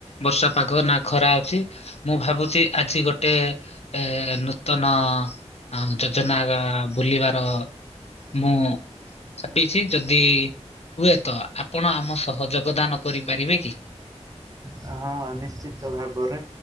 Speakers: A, on the left; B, on the right.
A: ବର୍ଷା ପାଗ ନା ଖରା ଅଛି। ମୁଁ ଭାବୁଛି ଆଜି ଗୋଟେ ଏ ନୂତନ। ହଁ ଯୋଜନା ଆକା ବୁଲିବାର। ମୁଁ ଚାବିଛି ଯଦି ହୁଏ ତ ଆପ୍ ଆପଣ ଆମ ସହ ଯୋଗଦାନ କରିପାରିବେ କି।
B: ହଁ ନିଶ୍ଚିତ ଭାବରେ